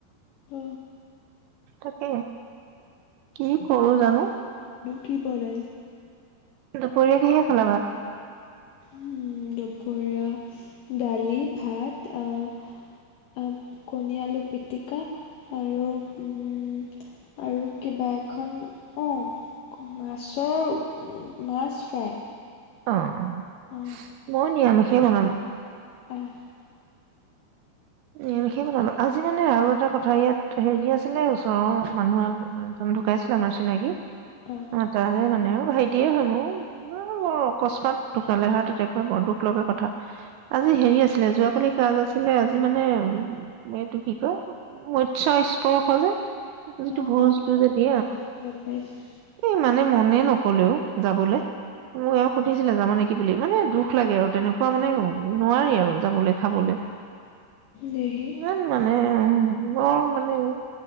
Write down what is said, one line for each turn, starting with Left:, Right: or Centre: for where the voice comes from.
Left: অ,
Right: তাকে। কি সৰু জানো।
Left: কিপা <unintelligible>
Right: দুপৰীয়া কিহে খালা ভাত?
Left: উম দুপৰীয়া- দালি ভাত অ এন কণী আলু পিটিকা আৰু উম আৰু কিবা এখন কও ক মাছৰ উ মাছ ফ্ৰাই
Right: অ। অ,
Left: অঁ
Right: মই নিৰামিষ। কি বনালো।
Left: অঁ
Right: এ সেই বোলো আজি মানে আৰু এটা কথা ইয়াত হেৰি আছিলে ওচৰৰ মানুহ <inaudible> এজন ঢুকাইছিলে আমাৰ চিনাকি
Left: অঁ
Right: তাৰে মানে আৰু ভাইটিয়ে হয় মোৰ ব বৰ অকস্মাৎ ঢুকালে হাৰ্ট এটেক হৈ বৰ দুখ লগা কথা। আজি হেৰি আছিলে যোৱাকালি ক্লাছ <unintelligible> আজি মানে উ এইটো কি কয় মৎস্য স্পৰ্শ যে <unintelligible>
Left: অঁ
Right: ভোজ <unintelligible>
Left: অঁ গম পাইছোঁ
Right: কি মানে মনে নকলেও, যাবলৈ, মোক এও সুধিছিলে যাবা নেকি বুলি, মানে দুখ লাগে আৰু তেনেকুৱা মানে নোৱাৰি আৰু যাবলৈ খাবলৈ,
Left: দেহি
Right: <unintelligible> মনে <unintelligible> বৰ মানেহ,